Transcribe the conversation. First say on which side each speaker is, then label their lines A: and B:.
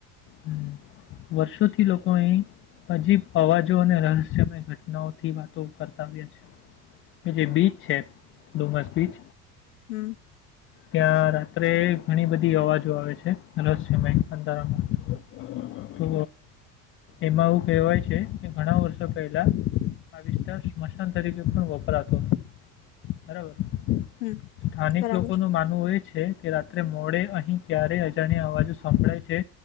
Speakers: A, on the left; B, on the left.
A: હુ વર્ષોથી લોકો અહી અજીબ અવાજો અને રહસ્યમય ઘટ નવ થી વાતો કરતા આવ્ય છે કે જે બીચ છે ડુમસ બીચ
B: હમ
A: ત્યાં રાત્રે ઘણી બધી અવાજો આવે છે રહસ્મય અંધારામાં તો એમાં એવું કહેવાય છે કે ઘણા વર્ષો પહેલા આ વિસ્તાર સ્મશાન તરીકે પણ વપરાતો બરાબર હુ
B: હમ
A: સ્થાનિક
B: બરાબર
A: લોકો નું માનવું એ છે કે રાત્રે મોડે અહી ક્યારે અજાણ્યા અવાજો સંભળાય છે